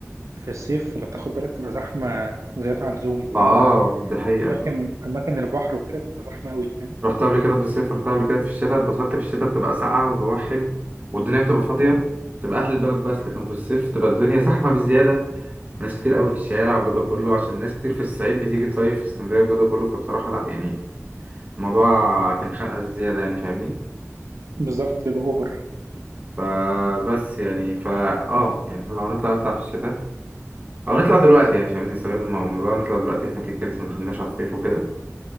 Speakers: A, on the right; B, on the right.
A: في الصيف لو تاخد بالك تبقى زحمه زياده عن اللزوم
B: ما
A: حتى
B: اه ده حقيقه
A: اماكن اماكن البحر وكده تبقى زحمه قوي فاهم
B: رحت قبل كده في الصيف رحت قبل كده في الشتاء اتبسطت في الشتاء بتبقى ساقعه وجواها حلو والدنيا بتبقى فاضيه
A: مم،
B: تبقى اهل البلد بس لكن في الصيف تبقى الدنيا زحمه بزياده ناس كتير قوي في الشارع والجو ده كله عشان ناس كتير في الصعيد بتيجي تصيف في اسكندريه والجو ده كله فبصراحه لا يعني الموضوع كان خانقه بزياده يعني فاهمني
A: بالظبط بيبقى اوفر
B: فبس يعني فا اه يعني لو نطلع نطلع في الشتاء او نطلع دلوقتي يعني مش عايزين نستغل الموضوع نطلع دلوقتي احنا كده كده لسه ما دخلناش على الصيف وكده